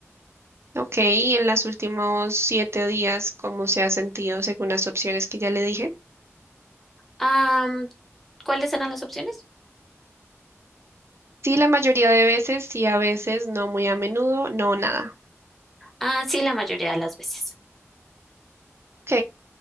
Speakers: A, on the right; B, in the centre.
A: Ok, y en los últimos siete días, ¿cómo se ha sentido según las opciones que ya le dije?
B: Am, ¿cuáles eran las opciones?
A: Sí, la mayoría de veces, sí, a veces, no muy a menudo, no nada.
B: Ah, sí, la mayoría de las veces.
A: Ok,